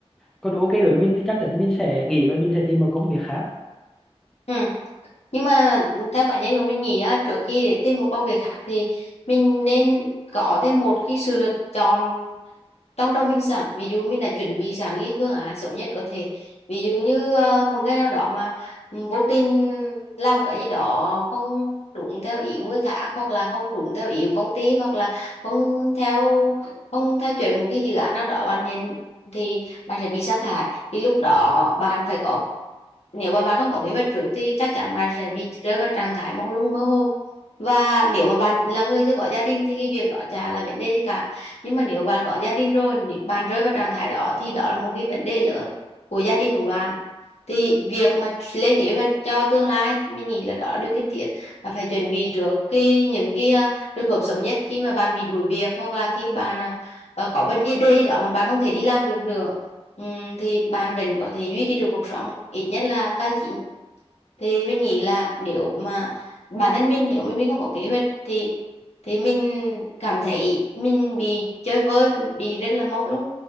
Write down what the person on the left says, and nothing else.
Ừ. nhưng mà theo cá nhân của mình nghĩ á, trước khi để tìm một công việc khác thì mình nên có thêm một cái sự lựa chọn trong đầu mình sẵn ví dụ mình đã chuẩn bị sẵn cái phương án xấu nhất có thể ví dụ như ờ, một ngày nào đó mà ừ, vô tình làm cái gì đó không đúng theo ý người khác hoặc là không đúng theo ý của công ty hoặc là không theo không theo chuẩn một cái dự án nào đó bạn nhìn thì bạn sẽ bị sa thải thì lúc đó bạn phải có nếu mà bạn không có kế hoạch trước thì chắc chắn bạn sẽ bị rơi vào trạng thái mông lung mơ hồ và nếu mà bạn là người chưa có gia đình thì cái việc đó chả là vấn đề gì cả nhưng mà nếu bạn có gia đình rồi bạn rơi vào trạng thái đó thì đó là một cái vấn đề lớn của gia đình của bạn thì việc mà lên kế hoạch cho tương lai mình nghĩ là đó là điều cần thiết và phải chuẩn bị trước cái những cái ờ, trường hợp xấu nhất khi mà bạn bị đuổi việc hoặc là khi bạn ờ, ờ, có vấn đề gì đó mà bạn không thể đi làm được nữa Ừm, thì bạn vẫn có thể duy trì được cuộc sống ít nhất là tài chính thì mình nghĩ là nếu mà bản thân mình nếu mà mình không có kế hoạch thì thì mình cảm thấy mình bị chơi vơi bị rất là mông lung